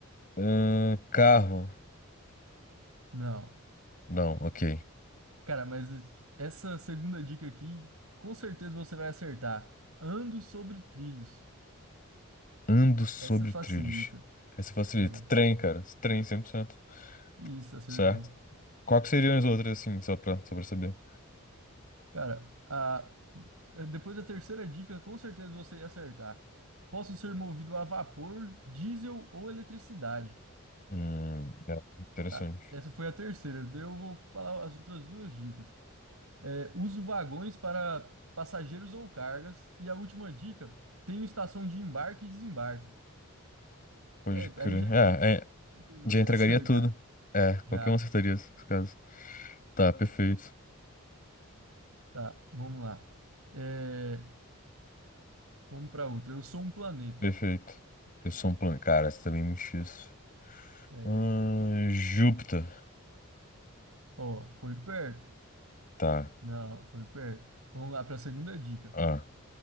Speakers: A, on the left; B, on the right.
A: ahn, carro.
B: Não.
A: Não, ok.
B: Cara, mas essa segunda dica aqui, com certeza você vai acertar. Ando sobre trilhos.
A: Ando sobre
B: Essa facilita.
A: trilhos. Essa facilita.
B: É,
A: Trem, cara. Trem 100%.
B: isso, acertou.
A: Certo? Qual que seriam as outras, assim, só pra, só pra saber?
B: Cara, a, eh, Depois da terceira dica, com certeza você ia acertar. Posso ser movido a vapor, diesel ou eletricidade.
A: Hum, é, interessante.
B: Tá, essa foi a terceira. Daí Eu vou falar as outras duas dicas. É, uso vagões para passageiros ou cargas. E a última dica, tenho estação de embarque e desembarque.
A: Pode
B: É,
A: crer.
B: aí já
A: É,
B: é com
A: é,
B: certeza
A: já
B: você
A: entregaria
B: <laughs> ia acertar.
A: tudo. É, qualquer
B: Já.
A: um acertaria nesse caso. Tá, perfeito.
B: Tá, vamos lá. É, vamos para outra. Eu sou um planeta.
A: Perfeito. Eu sou um plano. Cara, essa também é muito difícil.
B: É,
A: Ahn, Júpiter.
B: ó, foi perto.
A: Tá.
B: Não, foi perto. Vamos lá para a segunda dica.
A: Ah.